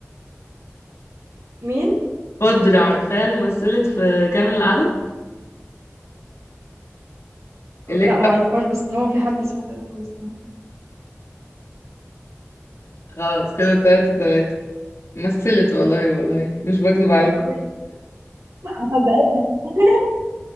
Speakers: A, on the right; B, on the left.
A: مين
B: بدرة عارفاها اللي مثلت في كامل العدد اللي
A: أو- لا ما اعرفهاش بس طالما في حد اسمه كده خلاص
B: خلاص كده تلاتة تلاتة مثلت والله والله مش بكدب عليك
A: أوكي لا ما صدقتش <laughs>